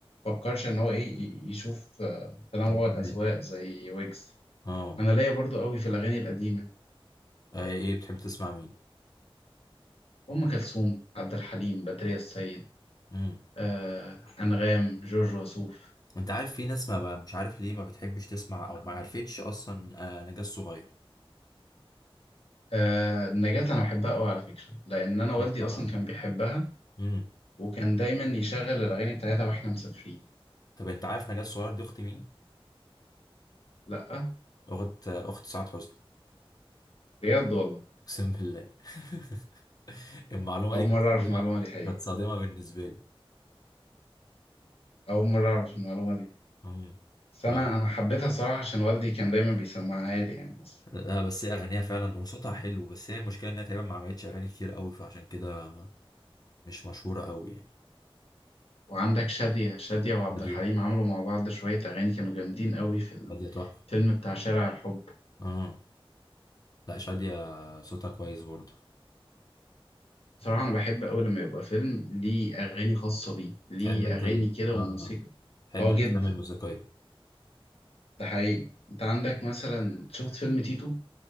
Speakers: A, on the left (about 80°); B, on the left (about 40°).
A: فكرش إن هو إيه ي- يشوف آه، تنوع
B: مم.
A: الأذواق زي ويجز
B: اه
A: أنا ليا برضو قوي في الأغاني القديمة
B: آه، ايه بتحب تسمع مين
A: أم كلثوم عبد الحليم بدرية السيد
B: امم
A: آه، أنغام جورج وسوف
B: انت عارف في ناس ما بقى مش عارف ليه ما بتحبش تسمع او ما عرفتش اصلا آه، نجاة صغير
A: آه، نجاة أنا بحبها قوي على فكرة لأن أنا
B: صوتها
A: والدي أصلا
B: رهيب
A: كان بيحبها
B: امم
A: وكان دايما يشغل الأغاني بتاعتها وإحنا مسافرين
B: طب انت عارف نجاة صغير دي اخت مين
A: لأ
B: اخت اخت سعاد حسني
A: بجد والله
B: اقسم بالله <laughs> المعلومة
A: أول
B: دي كانت
A: مرة
B: صادمة
A: أعرف المعلومة دي حقيقة
B: كانت صادمة بالنسبة لي
A: أول مرة أعرف المعلومة دي
B: امم
A: بس
B: ف...
A: أنا أنا حبيتها صراحة عشان والدي كان دايما بيسمعها لي يعني بس
B: لا بس هي أغانيها فعلا وصوتها حلو بس هي المشكلة إنها تقريبا ما عملتش أغاني كتير قوي فعشان كده مش مشهورة قوي يعني
A: وعندك شادية شادية وعبد
B: بادية
A: الحليم عملوا مع بعض شوية أغاني كانوا جامدين قوي في
B: بادية تحفة
A: الفيلم بتاع شارع الحب
B: اه لا شادية صوتها كويس برضه
A: صراحة أنا بحب أوي لما يبقى فيلم ليه أغاني خاصة بيه ليه
B: تحب أنت
A: أغاني
B: ال...
A: كده
B: آه.
A: وموسيقى
B: تحب
A: أه
B: الأفلام
A: جدا
B: الموسيقية
A: ده حقيقي أنت عندك مثلا شفت فيلم تيتو